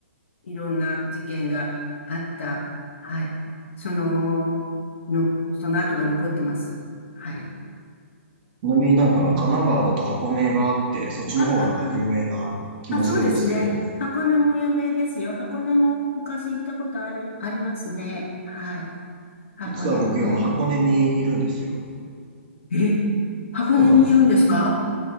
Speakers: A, on the left; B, on the right.
A: いろんな事件があった、はい、その、の、その後が残ってます。はい。
B: ちなみになんか神奈川だと箱根があって、そっちの方がなんか有名な気もするんですけど、
A: あ、箱根。あ、そうですね。箱根も有名ですよ。箱根も昔行ったことある、ありますね。はい。箱根もね。
B: 実は僕今箱根にいるんですよ。
A: え、箱根にいるんですか
B: そうなんですよ。